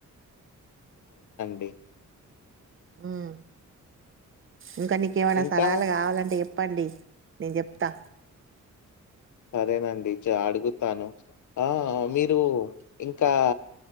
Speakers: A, on the left; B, on the right.
A: అ
B: హ్మ్మ్ ఇంకా నీకేమైనా
A: ఇంకా?
B: సలహాలు కావాలంటే చెప్పు చెప్పండి నేను చెప్తా
A: సరేనండి జ అడుగుతాను ఆ మీరు ఇంకా